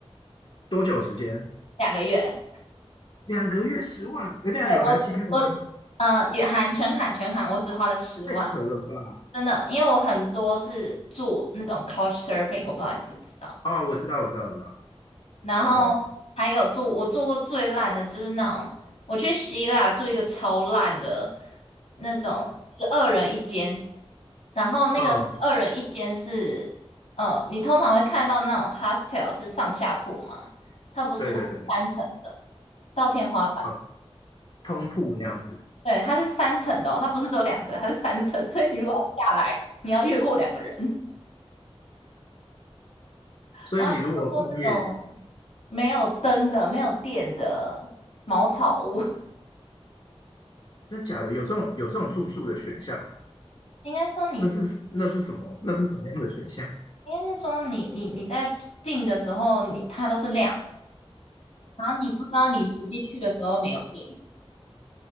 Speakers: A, on the left (about 55°); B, on the left (about 90°).
A: 多久时间？
B: 两个月。
A: 两个月十万？哎，这样有含机票吗？
B: 对，我只我呃也含全含全含，我只花了十万，
A: 太扯了吧！
B: 真的，因为我很多是住那种 couch surfing，我不知道你知不知道。
A: 哦，我知道，我知道，我知道。
B: 然后还有住，
A: OK，
B: 我住过最烂的就是那种，我去希腊住一个超烂的那种十二人一间，然后那个十二人一间是，
A: 嗯，
B: 呃，你通常会看到那种 hostel 是上下铺嘛，它不是，
A: 对对对对，
B: 它是三层的，到天花板。
A: 啊，通铺那样子。
B: 对，它是三层的哦，它不是只有两层，它是三层，所以你如果要下来，你要越过两个人。
A: 所以你如果半夜，
B: 然后还住过那种没有灯的、没有电的茅草屋。
A: 那假的有这种有这种住宿的选项哦？
B: 应该说你
A: 那是那是什么？
B: <laughs> 你
A: 那是什么样的选项？
B: 应该是说你你你在订的时候你它都是亮的然后你不知道你实际去的时候没有电。